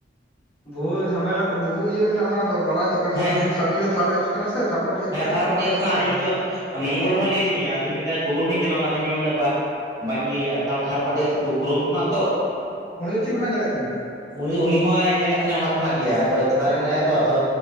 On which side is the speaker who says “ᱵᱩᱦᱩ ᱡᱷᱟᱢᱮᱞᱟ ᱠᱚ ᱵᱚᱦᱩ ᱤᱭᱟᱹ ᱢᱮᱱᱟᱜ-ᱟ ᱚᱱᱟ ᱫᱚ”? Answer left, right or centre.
Left